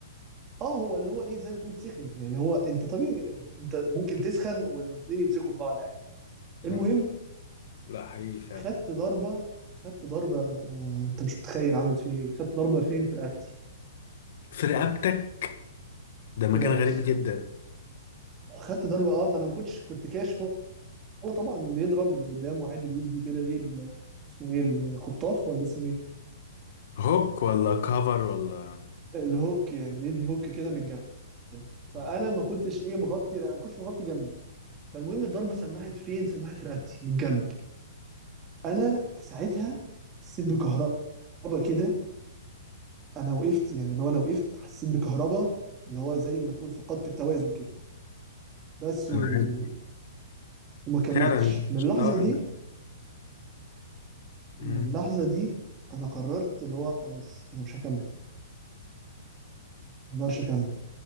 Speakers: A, on the right; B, on the left.
A: اه هو اللي هو ايه زي ما تقول سخن يعني هو انت طبيعي يعني انت ممكن تسخن والاتنين يمسكوا في بعض عادي المهم
B: آه. لا حقيقي فعلا
A: خدت ضربه خدت ضربه آه انت مش متخيل عملت فيا ايه خدت ضربه فين في رقبتي
B: في رقبتك ده مكان
A: في رقبتي
B: غريب جدا
A: خدت ضربه اه ما انا ما كنتش كنت كاشف هو هو طبعا بيضرب اللي قدامه عادي بيدي كده ايه ال- اسمه ايه الخطاف ولا اسمه ايه
B: هوك ولا كفر ولا
A: الهوك يعني بيدي هوك كده من الجنب فانا
B: آه.
A: ما كنتش ايه مغطي ما كنتش مغطي جنبي فالمهم الضربه سمعت فين سمعت في رقبتي من الجنب انا في ساعتها حسيت بكهربا كده انا وقفت يعني اللي هو انا وقفت حسيت بكهربا اللي هو زي ما تقول فقدت التوازن كده بس
B: أنا
A: و...
B: عارف.
A: وما كملتش
B: فعلا
A: من اللحظه
B: اه أنا-
A: دي
B: مم.
A: من اللحظه دي انا قررت اللي هو خلاص انا مش هكمل ما اقدرش اكمل